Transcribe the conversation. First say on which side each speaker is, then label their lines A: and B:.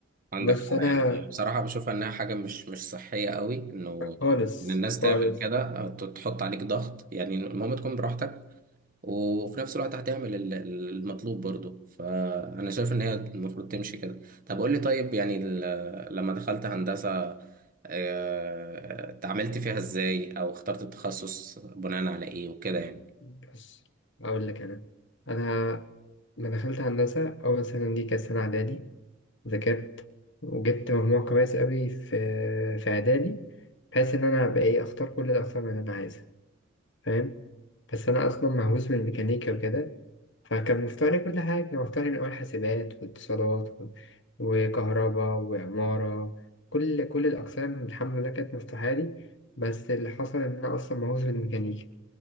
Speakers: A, on the right (about 40°); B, on the left (about 55°).
A: عندك
B: بص
A: آه،
B: أنا
A: يعني بصراحة بشوف انها حاجة مش مش صحية قوي انه
B: خالص
A: ان الناس تعمل
B: خالص
A: كده آه، ت- تحط عليك ضغط يعني المهم تكون براحتك وفي نفس الوقت هتعمل ال- المطلوب برضه فأنا شايف إن هي المفروض تمشي كده طب قول لي طيب يعني ال- لما دخلت هندسة آه، اتعاملت فيها إزاي أو اخترت التخصص بناء على إيه وكده يعني
B: بص أقول لك أنا أنا لما دخلت هندسة أول سنة دي كانت سنة إعدادي ذاكرت وجبت مجموع كويس أوي في في إعدادي بحيث إن أنا أبقى إيه أختار كل الأقسام اللي أنا عايزها فاهم بس أنا أصلا مهووس بالميكانيكا وكده فكان مفتوح لي كل حاجة كان مفتوح لي من أول حاسبات واتصالات و- وكهرباء وعمارة كل كل الأقسام الحمد لله كانت مفتوحة لي بس اللي حصل إن أنا أصلا مهووس بالميكانيكا